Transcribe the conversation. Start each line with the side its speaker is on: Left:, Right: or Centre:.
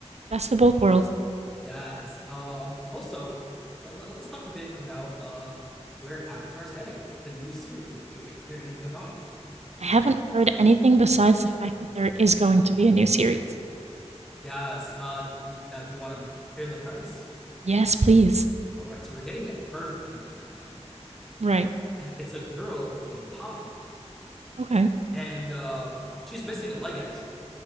Right: Best of both worlds.
Centre: Yes. Um. also, let- let- us talk a bit about uh where Avatar's heading. The new series. Did you hear anything about it?
Right: I haven't heard anything besides the fact that there is going to be a new series.
Centre: Yes. Uh. d uh, do you want to hear the premise?
Right: Yes, please.
Centre: All right. So we're getting an earthbending Avatar,
Right: Right.
Centre: and it's a girl named Pavi,
Right: Okay.
Centre: and uh, she's missing a leg actually.